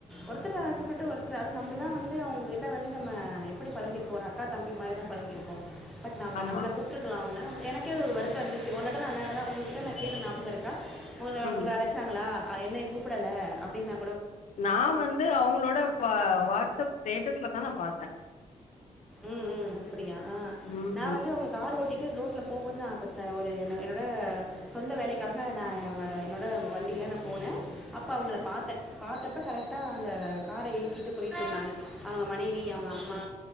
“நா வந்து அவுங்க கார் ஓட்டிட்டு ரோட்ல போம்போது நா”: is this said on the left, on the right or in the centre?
Centre